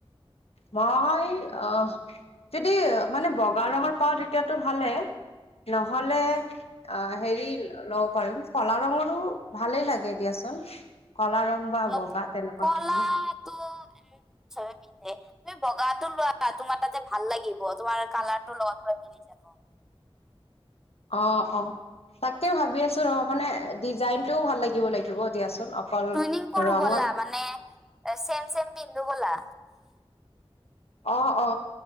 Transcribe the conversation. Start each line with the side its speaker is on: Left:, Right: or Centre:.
Left: মই আহ যদি মানে বগা ৰঙৰ পাওঁ তেতিয়াতটো ভালে। নহলে, অ হেৰি ল'ব পাৰিম কলা ৰঙৰো ভালেই লাগে এ দিয়াচোন। কলা ৰং বা
Centre: ম
Left: বগা তেনেকুৱা
Centre: কলাটো
Left: ধৰণৰ
Centre: ছবে পিন্ধে। তুমি বগাটো লোৱা, তোমাৰ তাতে ভাল লাগিব। তোমাৰ কালাৰটো লগ মিলি যাব।
Left: অ অ তাকে ভাবি আছো ৰ, মানে ডিজাইন টোও ভাল লাগিব লাগিব দিয়াচোন। অকল
Centre: টুইনিং কৰো
Left: ৰঙৰ
Centre: ব'লা, মানে চেম চেম পিন্ধো ব'লা।
Left: অ অ,